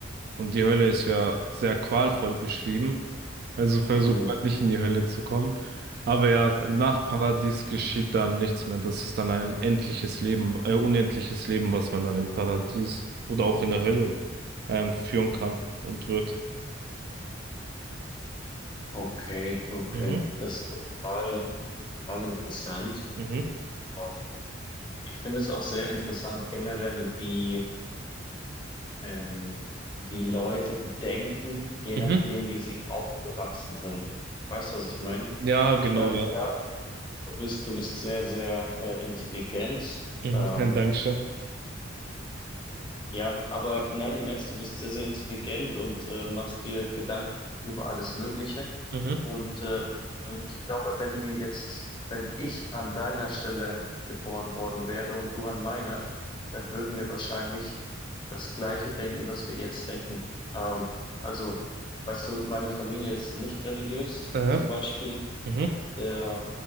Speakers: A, on the right; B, on the left.
A: Und die Hölle ist ja sehr qualvoll beschrieben. Also versucht
B: Mhm.
A: man nicht in die Hölle zu kommen. Aber ja, nach Paradies geschieht dann nichts mehr. Das ist dann ein endliches Leben, äh, unendliches Leben, was man dann im Paradies oder auch in der Hölle, ähm, führen kann und wird.
B: Okay, okay.
A: Mhm,
B: Das ist total, total interessant.
A: mhm,
B: Ähm, Ich finde es auch sehr interessant generell, wie ähm, wie Leute denken, je
A: mhm.
B: nachdem, wie sie aufgewachsen sind. Weißt du, was ich meine?
A: Ja,
B: Ich
A: genau,
B: meine,
A: ja.
B: klar, du bist, du bist sehr, sehr äh, intelligent.
A: Mhm,
B: Ähm,
A: <laughs> ja, Dankeschön.
B: ja, aber nein, im Ernst, du bist sehr, sehr intelligent und äh, machst dir Gedanken über alles Mögliche.
A: Mhm,
B: Und äh, ich glaube, wenn wir jetzt, wenn ich an deiner Stelle geboren worden wäre und du an meiner, dann würden wir wahrscheinlich das Gleiche denken, das wir jetzt denken. Ähm, also, weißt du, meine Familie ist nicht religiös,
A: aha,
B: zum Beispiel.
A: mhm,
B: Der,